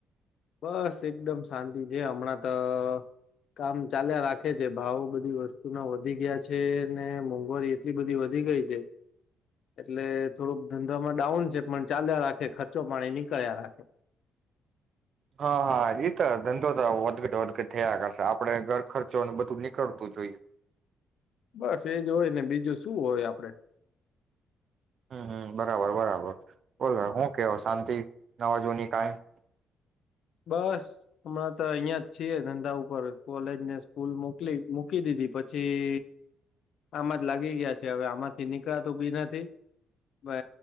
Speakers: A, on the left (about 65°); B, on the right (about 55°).
A: બસ એકદમ શાંતિ છે હમણાં તો કામ ચાલ્યા રાખે છે ભાવ બધી વસ્તુના વધી ગયા છે ને મોંઘવારી એટલી બધી વધી ગઈ છે. એટલે થોડુંક ધંધામાં ડાઉન છે પણ ચાલ્યા રાખે ખર્ચો પાણી નીકળ્યા રાખે.
B: હા હા, તો ધંધો તો વધઘટ વધ થયા કરશે આપડે ઘર ખર્ચોને બધું નીકળતું જોઈએ.
A: બસ એજ હોય ને બીજું શું હોય આપડે.
B: હમ હમ, બરાબર બરાબર બોલો હું કેવ શાંતિ નવાજુની કાંઈ?
A: બસ. હમણાં તો અહિયાં જ છીએ ધંધા ઉપર કોલેજને સ્કૂલ મોકલી મૂકી દીધી પછી આમાં જ લાગી ગયા છે હવે આમાંથી નીકળાતું બી નથી. મે